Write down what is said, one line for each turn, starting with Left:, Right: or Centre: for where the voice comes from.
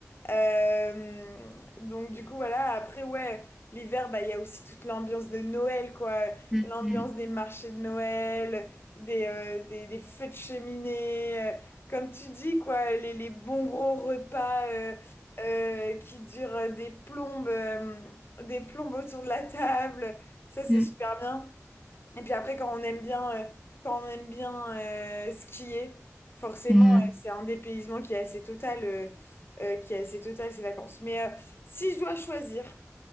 Left: Euh, donc du coup voilà, après ouais, l'hiver bah il y a aussi toute l'ambiance de Noël quoi,
Centre: mm,
Left: l'ambiance des marchés de Noël, des, euh, des, des feux de cheminée, euh, comme tu dis quoi, les, les bons gros repas euh, euh, qui durent des plombes, euh, des plombes autour de la table, ça c'est
Centre: mm,
Left: super bien. Et puis après, quand on aime bien, euh, quand on aime bien euh, skier, forcément,
Centre: mm,
Left: euh,
Centre: mm.
Left: c'est un dépaysement qui est assez total, euh, euh, qui est assez total ces vacances. Mais euh, si je dois choisir,